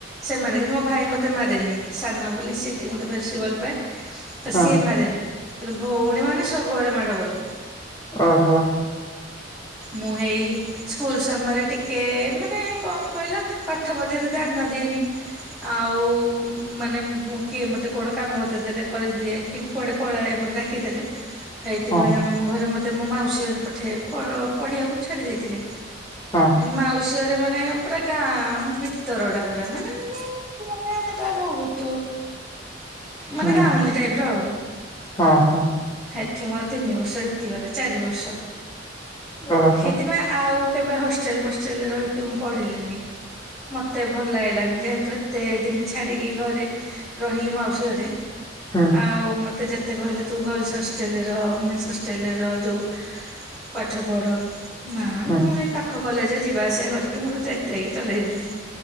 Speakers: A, in the centre; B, on the left.
A: ସେମାନେ କିନ୍ତୁ ମୋ ଭାଇ ମତେ ମାରେନି ସାନ ବୋଲି ସେଇଠି ମତେ ବେଶୀ ଭଲ ପାଏ ତ
B: ହଁ
A: ସିଏ ମାରେନି କିନ୍ତୁ ଭଉଣୀ ମାନେ ସବୁବେଳେ ମାଡ ଗୋଳ।
B: ଓହୋ।
A: ମୁଁ ହେଇ ସ୍କୁଲ ସମୟରେ ଟିକେ ମାନେ କଣ କହିଲ ପାଠ ପଢିବାରେ ଧ୍ୟାନ ଦିଏନି ଆଉ ମାନେ କିଏ ମତେ କଣ କାମ ବତେଇ ଦେଲେ କରିଦିଏ କି କୁଆଡେ ପଳାଏ ମତେ ଡାକିଦେଲେ ହେଇଥିପାଇଁ
B: ହଁ
A: ଆମ ଘରେ ମତେ ମୋ ମାଉସୀ ଘରେ ପଠେଇ ପ ପଢିବାକୁ ଛାଡି ଦେଇଥିଲେ।
B: ହଁ।
A: ମାଉସୀ ଘରେ ମାନେ ପୁରା ଗାଁ ଭି ତରଡା ପୁରା ମାନେ ଜିନ୍ତି ମାନେ ଏଟା ବହୁତ ମାନେ
B: ହୁଁ
A: ଗାଉଁଲି
B: ହୁଁ
A: ଟାଇପ୍ ର ଆଉ।
B: ହଁ ହଁ।
A: ହେଠେ ମୋର ତିନି ବର୍ଷ ବିତିଗଲା ଚାରି ବର୍ଷ
B: ଓହୋ
A: ସେଥିପାଇଁ ଆ ଆଉ କେବେ ହଷ୍ଟେଲ ଫଷ୍ଟେଲରେ ରହିକି ମୁଁ ପଢିଲିନି। ମତେ ଭଲ ଲାଗିଲାନି ଯେହେତୁ ଏତେ ଦିନି ଛାଡିକି ଘରେ ରହିଲି ମାଉସୀ ଘରେ
B: ହୁଁ
A: ଆଉ ମତେ ଯେତ୍ ମତେ କହିଲେ ତୁ ଗର୍ଲସ ହଷ୍ଟେଲ ରହ ମିସ୍ ହଷ୍ଟେଲ ରହ ଯୋଉ ପାଠ ପଢ ନା
B: ହୁଁ
A: ମୁଁ ହେଇ ପାଖ କଲେଜରେ ଯିବା ଆସିବା କରିକି ମୋର ଯାହିତାଇକି ଚଲେଇଦେଲି।